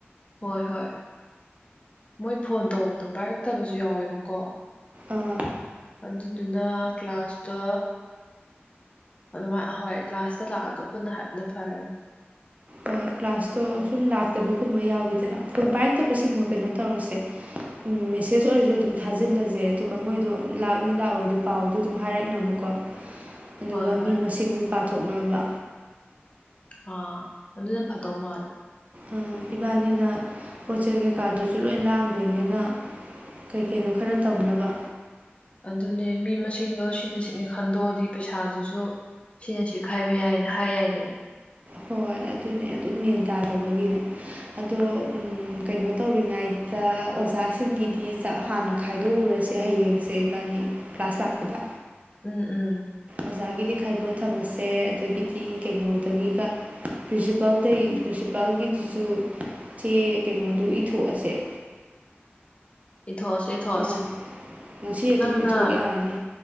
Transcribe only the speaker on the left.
ꯍꯣꯏ ꯍꯣꯏ ꯃꯣꯏ ꯐꯣꯟ ꯇꯧꯕꯗꯣ ꯄꯥꯏꯔꯛꯇꯕꯖꯨ ꯌꯥꯎꯋꯦꯕꯀꯣ
ꯑꯗꯨꯗꯨꯅ ꯀ꯭ꯂꯥꯁꯇ ꯑꯗꯨꯃꯥꯏ ꯑꯍꯣꯏ ꯀ꯭ꯂꯥꯁꯇ ꯂꯥꯛꯑꯒ ꯄꯨꯟꯅ ꯍꯥꯏꯄꯥꯅ ꯐꯔꯅꯤ
ꯍꯣꯏ ꯍꯣꯏ
ꯑꯥ ꯑꯗꯨꯅ ꯐꯗꯧ ꯃꯥꯜꯂꯦ
ꯑꯗꯨꯅꯦ ꯃꯤ ꯃꯁꯤꯡꯗꯣ ꯁꯤꯅ ꯁꯤꯅꯤ ꯈꯟꯗꯣꯛꯑꯗꯤ ꯄꯩꯁꯥꯗꯨꯁꯨ ꯁꯤꯅ ꯁꯤ ꯈꯥꯏꯕ ꯌꯥꯏꯅ ꯍꯥꯏ ꯌꯥꯏꯗꯅ
ꯎꯝ ꯎꯝ
ꯏꯊꯣꯛꯑꯁꯦ ꯏꯊꯣꯛꯑꯁꯦ
ꯅꯪꯅ